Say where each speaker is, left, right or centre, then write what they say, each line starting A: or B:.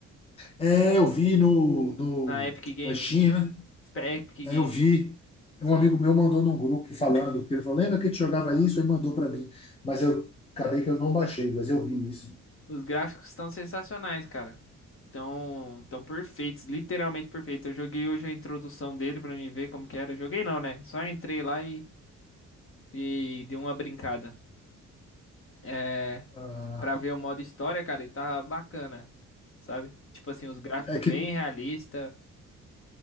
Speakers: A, on the left (about 20°); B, on the left (about 45°).
A: É, eu vi no, no,
B: na Epic Games.
A: na China,
B: Espe- Epic
A: é,
B: Games,
A: eu vi. Um
B: sim.
A: amigo meu mandou num grupo falando, que ele falou, lembra que a gente jogava isso? E mandou para mim. Mas eu acabei que eu não baixei, mas eu vi isso.
B: Os gráficos estão sensacionais, cara. Tão, tão perfeitos, literalmente perfeitos. Eu joguei hoje a introdução dele pra mim ver como que era. Joguei não, né? Só entrei lá e, e dei uma brincada. É,
A: Ah,
B: pra ver o modo história, cara, e tava bacana, sabe? Tipo assim, os gráficos
A: é que
B: bem realista.